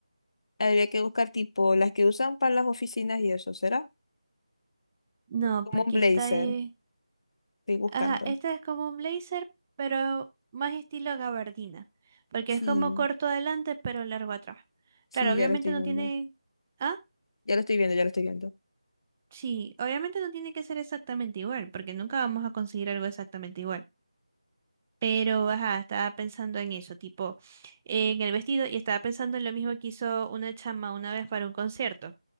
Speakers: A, on the left; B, on the right.
A: habría que buscar tipo las que usan para las oficinas y eso, ¿será?
B: No,
A: Como
B: porque
A: un blazer.
B: esta es...
A: Estoy buscando.
B: Ajá, esta es como un blazer, pero más estilo gabardina. Porque
A: Sí,
B: es como corto adelante, pero largo atrás.
A: sí,
B: Claro, obviamente
A: ya lo estoy
B: no
A: viendo.
B: tiene... Ah,
A: Ya lo estoy viendo, ya lo estoy viendo.
B: sí, obviamente no tiene que ser exactamente igual, porque nunca vamos a conseguir algo exactamente igual. Pero, ajá, estaba pensando en eso, tipo, en el vestido, y estaba pensando en lo mismo que hizo una chama una vez para un concierto,